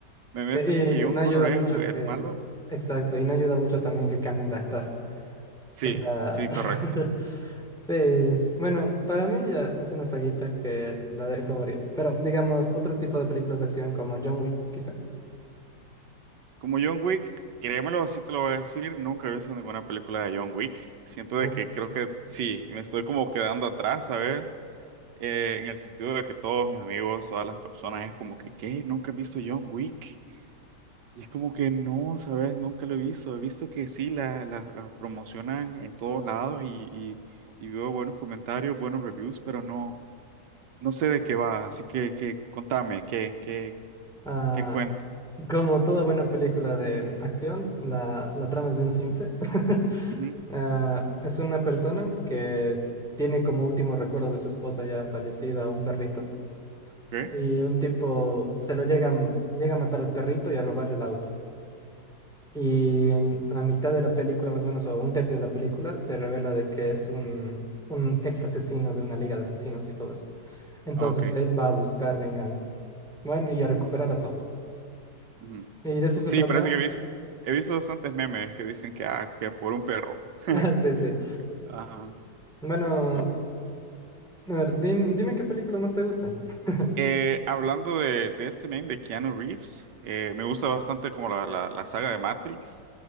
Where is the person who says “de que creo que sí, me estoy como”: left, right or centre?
Right